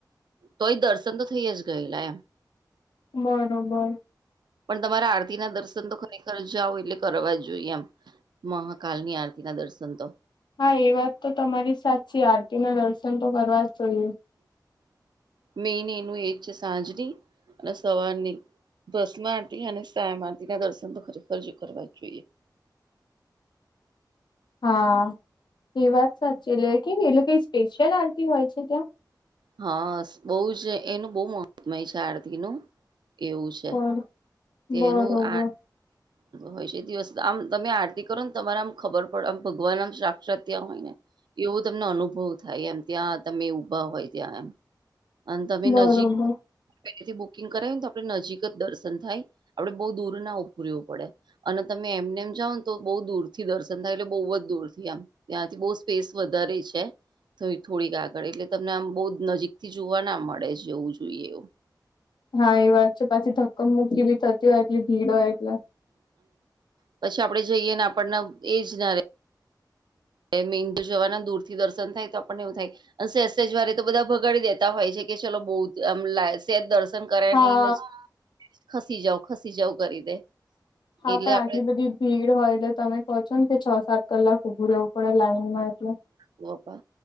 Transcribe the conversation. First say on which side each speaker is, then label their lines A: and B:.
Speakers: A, on the right; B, on the left.
A: તોય દર્શન તો થઈ જ ગયેલા એમ.
B: બરોબર.
A: પણ તમારે આરતી ના દર્શન તો ખરેખર જઓ એટલે કરવા જ જોઈએ એમ. મહાકાલની આરતી ના દર્શન તો.
B: હા એ વાત તો તમારી સાચી આરતી ના દર્શન તો કરવા જ જોઈએ.
A: મેન એનું એજ છે સાંજની અને સવારની. દસમાંરતી અને સાયા આરતી ના દર્શન તો ખરી ફરજ કરવા જ જોઈએ.
B: હા એ વાત સાચી એટલે કે એટલે કઈ સ્પેશિયલ આરટી હોય છે ત્યાં?
A: હા બહુ જ એનું બહુ મહત્મય છે આરતીનું. એવું છે
B: બર
A: તેનું
B: બરોબર
A: આ હોય છે દિવસ આમ તમે આરતી કરો ને તમારા આમ ખબર પડે આમ ભગવાન આમ શા ત્ય હોય ને એવો તમને અનુભવ થાય એમ ત્યાં તમે ઊભા હોય ત્યાં એમ. અને તમે
B: બરોબર
A: નજીક પથી બુકિંગ કરાવી ને તો આપડણે નજીક જ દર્શન થાય આપડે બઉુ દૂર ના ઉભુ રેવું પડે. અને તમે એમને એમ જાઓ ને તો બહુ દૂર થી દર્શન થાય એટલે બહુ જ દૂર થી આમ ત્યાંથી બહુ સ્પેસ વધારે છે થોડીક આગળ એટલે તમને આમ બહુ નજીક થી જોવા ના મળે છેવું જોઈએ એવું.
B: હા એ વાત છે પાછી ધક્કમ મુૂકી ભી થતી હોય એટલી ભીડ હોય એટલે.
A: પછી આપડે જઈએ ને આપણને એજ ના રહે. એ મેંદુ જવાના દૂરથીર્ન થાય તો આપણને એવું થાય સેજ સેજ વારે તો બધા ભગાડી દેતા હોય છે કે ચલો બહુ આમ લાઈન સે દર્શન દર્શન કરાય
B: હા
A: ને એઈને જ ખસી જાવ ખસી જાવું કરી દે.
B: હા
A: એટલે
B: પણ
A: આપડે
B: આટલી બધી ભીડ હોય એટલે તમે કહો છો ને કે છ સાત કલાક ઉભું રહેવું પડે લાઈનમાં એટલલે.
A: બપા